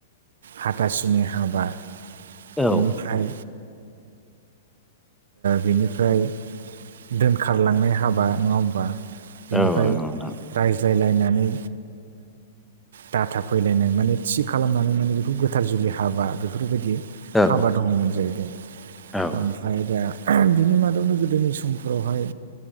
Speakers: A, on the right; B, in the centre.
A: हाथासुनि हाबा,
B: औ
A: बेनिफ्राय बेनिफ्राय दोनखारलांनाय हाबा नङा होमबा। बिनिफ्राय
B: औ नंगौ नोंथां
A: रायज्लायलायनानै दाटा फैलायनाय माने थि खालामनानै माने बेखौ गोथार जुलि हाबा बेफोरबायदि
B: औ
A: हाबा दङमोन जाहैबाय।
B: औ
A: ओमफ्राय दा बिनि मादावनो गोदोनि समफोरावहाय